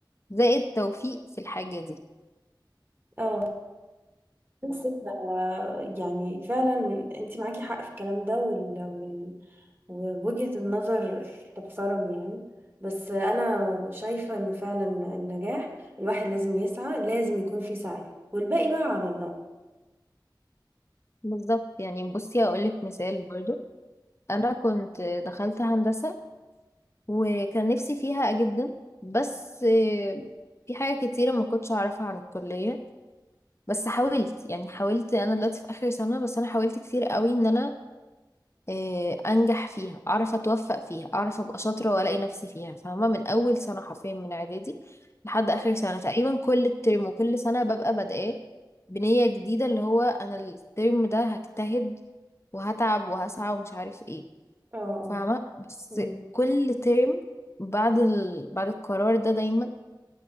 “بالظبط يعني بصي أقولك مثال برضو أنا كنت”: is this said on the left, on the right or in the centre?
Left